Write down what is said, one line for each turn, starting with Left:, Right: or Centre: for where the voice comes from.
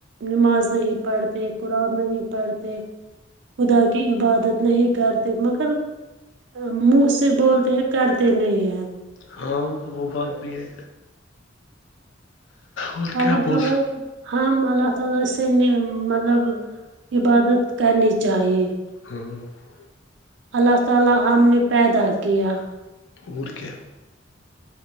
Right: نماز نہیں پڑھتے قرآن نہیں پڑھتے خدا کی عبادت نہیں کرتے مگر منہ سے بولتے ہیں کرتے نہیں ہیں
Left: ہاں وہ بات بھی ہے اور
Right: ال
Left: کیا
Right: ن
Left: بولتا
Right: تو نہیں شمائدہ کے سامنے مطلب عبادت کرنی چاہیے
Left: پ <unintelligible>
Right: <unintelligible>
Left: اور کیا